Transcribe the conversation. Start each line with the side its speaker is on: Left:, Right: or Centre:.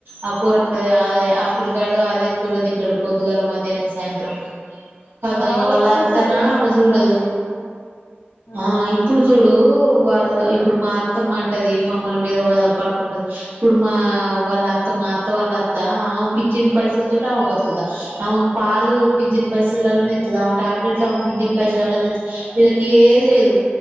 Right: ఆ పోరాడ్ అదె ఆ పిల్ల గాడు అదే కూర తింటడు పొద్దుగా ల మధ్యాహ్నం సాయంత్రం కతం
Left: ఆ వాళ్ళు
Right: ఇగ వాళ్ళ
Left: ఒక్కటేసారి
Right: అత్తనా
Left: చేసుకుంటరా
Right: అమె జూడదు
Left: ఆ
Right: ఆహ్ ఇప్పుడు జూడు ఉ వాళ్ళ ఇప్పుడు మా అత్తమ్మ అంటది మమ్మల్ని మీద వాద పడుకుంటది ఇప్పుడు మా వాళ్ళ అత్త మా అత్త వాళ్ళ అత్త ఆమె పించిన్ పైసల్ తోటి ఆమె బతుకుతా అ ఆమెకు పాలు పించిన్ పైసలలనే ఇతది ఆమె టాబ్లెట్లు ఆమె పించిన్ పైసల తెచి వీళ్ళకి ఏది లేదు